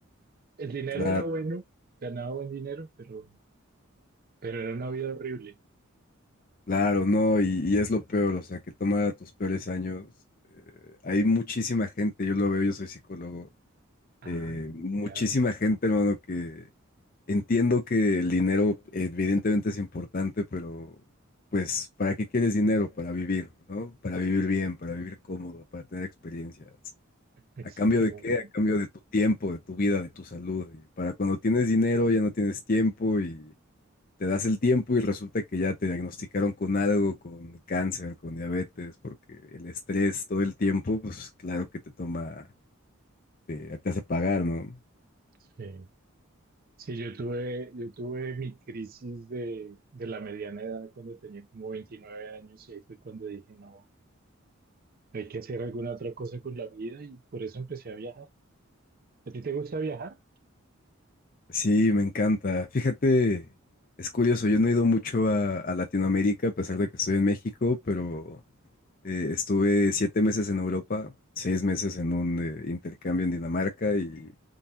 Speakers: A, on the right; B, on the left.
A: El dinero
B: Claro,
A: era bueno, ganaba buen dinero, pero Pero era una vida horrible.
B: claro, no, y, y es lo peor, o sea, que toma tus peores años. Eh, hay muchísima gente, yo lo veo, yo soy psicólogo,
A: Ah,
B: eh,
A: mira,
B: muchísima gente, hermano, que entiendo que el dinero evidentemente es importante, pero pues, ¿para qué quieres dinero? Para vivir, ¿no? Para vivir bien, para vivir cómodo, para tener experiencias.
A: exactamente.
B: ¿A cambio de qué? A cambio de tu tiempo, de tu vida, de tu salud. Y para cuando tienes dinero ya no tienes tiempo y te das el tiempo y resulta que ya te diagnosticaron con algo, con cáncer, con diabetes, porque el estrés todo el tiempo, pues claro que te toma, te, te hace pagar, ¿no?
A: Sí. Sí, yo tuve, yo tuve mi crisis de, de la mediana edad cuando tenía como 29 años y ahí fue cuando dije, no, hay que hacer alguna otra cosa con la vida y por eso empecé a viajar. ¿A ti te gusta viajar?
B: Sí, me encanta. Fíjate, es curioso, yo no he ido mucho a, a Latinoamérica, a pesar de que estoy en México, pero eh, estuve siete meses en Europa, seis meses en un eh, intercambio en Dinamarca y,